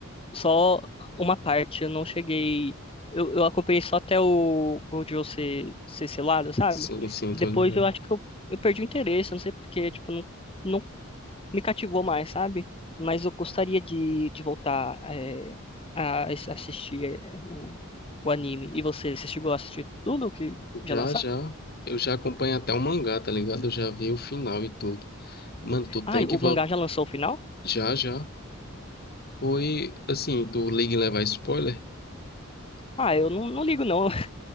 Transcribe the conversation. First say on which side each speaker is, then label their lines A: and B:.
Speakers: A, on the left (about 25°); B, on the left (about 50°).
A: só uma parte. Eu não cheguei. Eu, eu acompanhei só até o Gojo ser, ser selado, sabe?
B: Sim, sim,
A: Depois
B: tô ligado.
A: eu acho que eu, eu perdi o interesse. eu Não sei porque, tipo, não, não me cativou mais, sabe? Mas eu gostaria de, de voltar eh, a ass- assistir eh, o, o anime. E você, você chegou a assistir tudo que já
B: Já,
A: lançaram?
B: já. Eu já acompanho até o mangá, tá ligado? Eu já vi o final e tudo. Mano, tu tem
A: Ah,
B: que
A: o
B: voltar.
A: mangá já lançou o final?
B: Já, já. Foi assim, tu liga e levar spoiler?
A: Ah, eu não, não ligo não. <laughs>